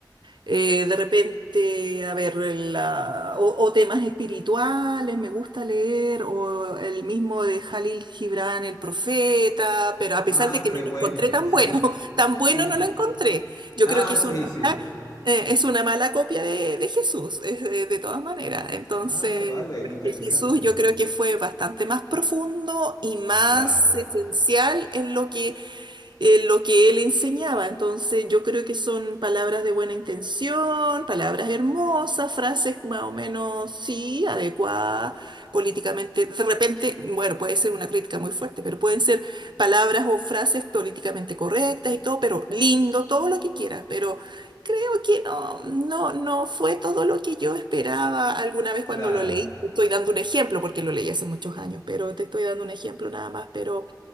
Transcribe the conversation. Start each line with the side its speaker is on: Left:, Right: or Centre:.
Right: Eh, de repente, a ver, la- o, o temas espirituales, me gusta leer, o el mismo de Jalil Gibran, El Profeta, pero a
Left: Ah,
Right: pesar de que
Left: qué
Right: no
Left: buena,
Right: lo encontré tan
Left: sí,
Right: bueno, <laughs> tan bueno
Left: sí.
Right: no lo encontré. Yo
Left: Ah,
Right: creo que es
Left: sí,
Right: una
Left: sí.
Right: mala, eh, es una mala copia de, de Jesús, es, eh, de todas maneras. Entonces,
Left: Ah, vale,
Right: porque
Left: interesante.
Right: Jesús yo creo que fue bastante más profundo y más
Left: Claro,
Right: esencial en lo que eh, lo que él enseñaba. Entonces, yo creo que son palabras de buena intención, palabras hermosas, frases más o menos, sí, adecuadas políticamente. De repente, bueno, puede ser una crítica muy fuerte, pero pueden ser palabras o frases políticamente correctas y todo, pero lindo, todo lo que quieras, pero... Creo que no, no, no fue todo lo que yo esperaba alguna vez
Left: claro.
Right: cuando lo leí. Te Estoy dando un ejemplo porque lo leí hace muchos años, pero te estoy dando un ejemplo nada más. Pero